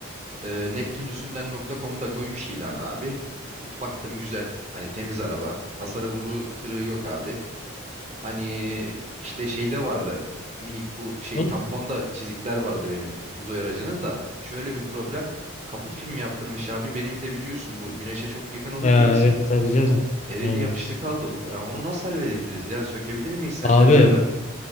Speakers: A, on the right; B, on the left.
A: E, Neptünlüsünden.com'da koymuş ilan abi. E, baktım güzel. Hani temiz araba. Hasarı vuru kırığı yok abi. Hani işte şeyde vardı. Minik bu şey
B: On...
A: tamponda çizikler vardı benim uzay aracının da. Şöyle bir problem. Kaput filmi yaptırmış abi. Benim de biliyorsun bu güneşe çok yakın olunca
B: Ha,
A: biz
B: evet tabii canım.
A: eridi
B: Aynen.
A: yapıştı kaldı. Ya onu nasıl halledebiliriz ya? Sökebilir miyiz seninle
B: Abi
A: beraber?